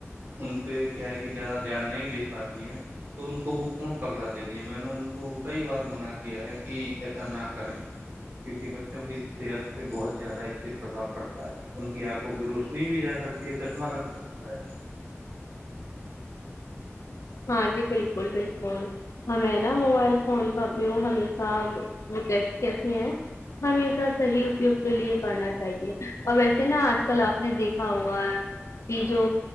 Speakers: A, on the right; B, on the left.
A: ان پہ کیا ہے کہ زیادہ دھیان نہیں دے پاتی ہیں تو ان کو وہ فون پکڑا دے دے میں نے ان کو کئی بار منع کیا ہے کہ ایسا نہ کریں کیونکہ بچوں کی صحت پہ بہت زیادہ اس سے پرباؤ پڑتا ہے ان کی آنکھ کو کی روشنی بھی جا سکتی ہے چشمہ لگ سکتا ہے
B: ہاں جی بالکل بالکل ہمیں نا موبائل فون کا اپیوگ ہمیشہ وہ کیسے کہتے ہیں ہمیشہ صحیح اپیوگ کے لیے کرنا چاہیے ا وسے نا آج کل آپ نے دیکھا ہوا ہے کہ جو